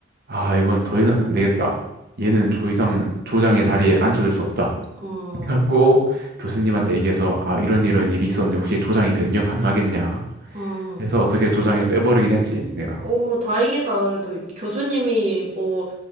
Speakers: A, on the right; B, on the right.
A: 아 이건 더 이상 안 되겠다. 얘는 조 이상 조장의 자리에 앉혀줄 수 없다.
B: 어,
A: 해갖고 교수님한테 얘기해서 아 이런 이런 일이 있었는데 혹시 조장이 변경 가능하겠냐
B: 어.
A: 해서 어떻게 조장에 빼버리긴 했지 내가.
B: 오, 다행이다. 그래도 교수님이 뭐